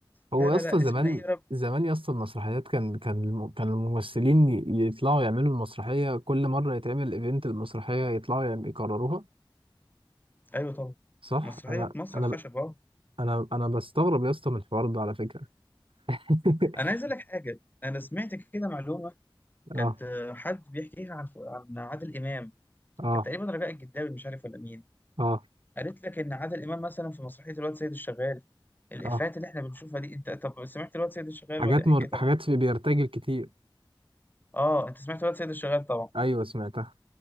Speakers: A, on the right (about 80°); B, on the left (about 20°).
A: هو
B: لا
A: يا
B: لا
A: اسطى
B: لا
A: زمان
B: اسمها ايه يا رب
A: زمان يا اسطى المسرحيات كان كان الم- كان الممثلين ي- يطلعوا يعملوا المسرحية كل مرة يتعمل ايفنت المسرحية يطلعوا يعم- يكرروها
B: ايوه طبعا
A: صح
B: مسرحيه
A: انا
B: مسرح
A: انا
B: خشب اه
A: انا انا بستغرب يا اسطى من الحوار ده على فكره <laughs>
B: انا عايز اقول لك حاجه انا سمعت كده معلومه كانت
A: اه
B: آه، حد بيحكيها عن عن عادل امام
A: اه
B: كان تقريبا رجاء الجداوي مش عارف ولا مين
A: اه
B: قالت لك ان عادل امام مثلا في مسرحيه الواد سيد الشغال الافيهات
A: اه
B: اللي احنا بنشوفها دي انت طب سمعت الواد سيد الشغال
A: حاجات
B: ولا ايه حكايتها
A: مر... حاجات
B: معاك
A: في بيرتجل كتير
B: اه انت سمعت الواد سيد الشغال طبعا
A: ايوه سمعتها